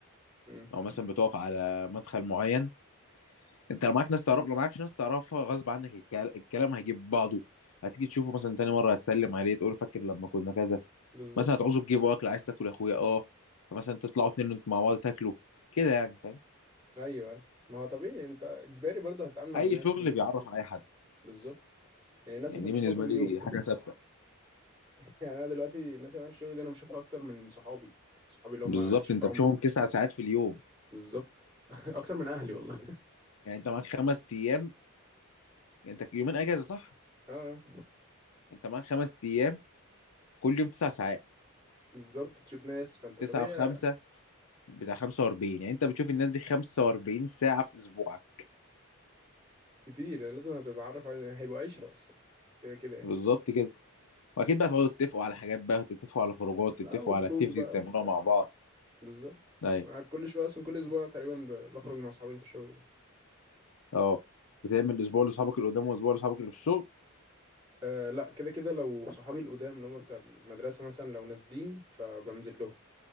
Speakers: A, on the right; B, on the left.
A: امم
B: او مثلا بتقف على مدخل معين انت لو معاك ناس تعرف لو معاكش ناس تعرفها غصب عنك الكلام, الكلام هيجيب بعضه هتيجي تشوفه مثلا تاني مره هتسلم عليه تقول فاكر لما كنا كذا
A: بالظبط
B: مثلا هتعوزه تجيبه اكل عايز تاكل يا اخويا اه فمثلا تطلعوا اتنين انتوا مع بعض تاكلوا كده يعني فاهم
A: ايوه ما هو طبيعي انت اجباري برضه هتتعامل مع
B: اي
A: الناس
B: شغل
A: وتروح
B: بيعرف
A: وتيجي
B: على اي حد
A: بالظبط يعني الناس
B: يعني
A: انت
B: دي
A: بتشوفها
B: بالنسبه
A: كل
B: لي
A: يوم
B: حاجه ثابته
A: <laughs> يعني انا دلوقتي الناس اللي معايا في الشغل دي انا بشوفها اكتر من صحابي يعني صحابي اللي هم
B: بالظبط
A: عشرة
B: انت
A: عمري
B: بتشوفهم تسع ساعات في اليوم
A: بالظبط <laughs> اكتر من اهلي والله
B: يعني انت معاك خمس ايام يعني انت يومين اجازه صح
A: <laughs> اه
B: انت معاك خمس ايام كل يوم تسع ساعات
A: بالظبط تشوف ناس فانت
B: تسعة
A: طبيعي
B: في خمسة بتاع 45 يعني انت بتشوف الناس دي 45 ساعة في اسبوعك
A: كتير يعني لازم هتتعرف على هيبقوا عشرة اصلا كده كده يعني
B: بالظبط كده واكيد بقى تقعدوا تتفقوا على حاجات بقى تتفقوا على خروجات
A: اه
B: تتفقوا
A: وخروج
B: على اكتيفيتيز
A: بقى
B: تعملوها
A: وبتاع
B: مع بعض
A: بالظبط
B: ايوه
A: انا كل شويه اصلا كل اسبوع تقريبا ب- بخرج مع صحابي في الشغل
B: اه بتعمل اسبوع لاصحابك اللي قدام واسبوع لاصحابك اللي في الشغل
A: أه لا كده كده لو صحابي القدام اللي هم بتوع المدرسة مثلا لو نازلين فبنزل لهم